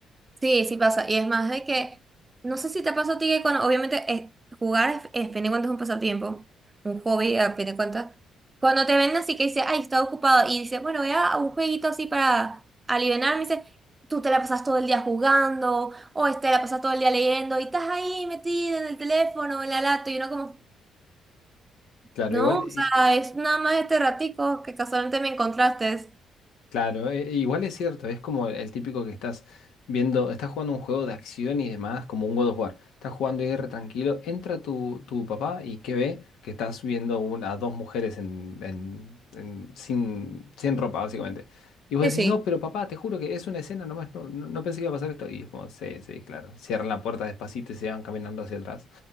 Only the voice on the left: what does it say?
Claro,
igual
Claro, e- e igual es cierto, es como el típico que estás viendo, estás jugando un juego de acción y demás, como un God of War. Estás jugando y re tranquilo, entra tu, tu papá y ¿qué ve? Que estás viendo un- a dos mujeres en, en- en- sin, sin ropa, básicamente. Y vos
decís,
no, pero papá, te juro que es una escena nomás, no, no, no pensé que iba a pasar esto. Y es como, sí, sí, claro. Cierran la puerta despacito y se van caminando hacia atrás.